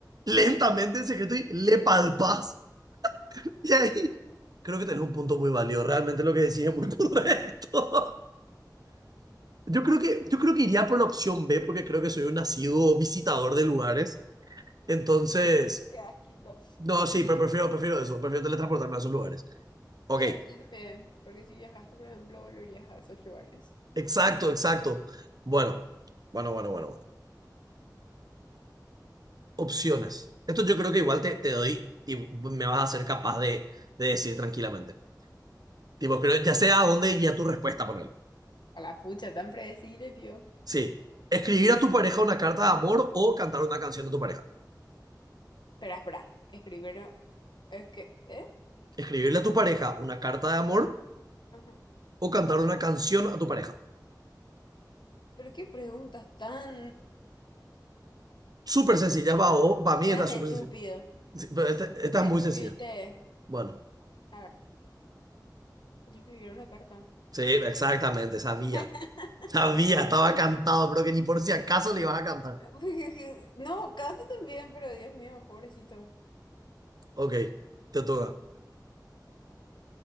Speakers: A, on the right; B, on the left.
A: lentamente en secreto y le palpas, y ahí creo que tenés un punto muy válido, realmente lo que decís es muy <laughs> correcto. Yo creo que, yo creo que iría por la opción B, porque creo que soy un nacido visitador de lugares, entonces,
B: <laughs> Qué asquito.
A: no, sí, pero prefiero, prefiero eso, prefiero teletransportarme a esos lugares. Ok.
B: Yo, yo también. Porque si viajaste, por ejemplo, volverías a esos lugares.
A: Exacto, exacto. Bueno, bueno, bueno, bueno, bueno. Opciones. Esto yo creo que igual te, te doy y me vas a ser capaz de, de decir tranquilamente. Tipo, creo, ya sea a dónde guía tu respuesta, ponele.
B: A la pucha, tan predecible, vio.
A: Sí. Escribir a tu pareja una carta de amor o cantar una canción a tu pareja.
B: Espera, espera. Escribieron. Es que. ¿Eh?
A: Escribirle a tu pareja una carta de amor
B: Ajá.
A: o cantar una canción a tu pareja.
B: Pero qué preguntas tan.
A: Súper sencilla, va, o- para mí
B: tan
A: está súper
B: estúpido.
A: sencilla. Sí, pero esta, esta
B: Estúpido
A: es muy sencilla.
B: y te.
A: Bueno,
B: A ver. Yo escribí una carta.
A: sí, exactamente, sabía.
B: <laughs>
A: Sabía, estaba cantado, pero que ni por si acaso le ibas a cantar.
B: <laughs> No, canta también, pero Dios mío, pobrecito.
A: Ok, te toca.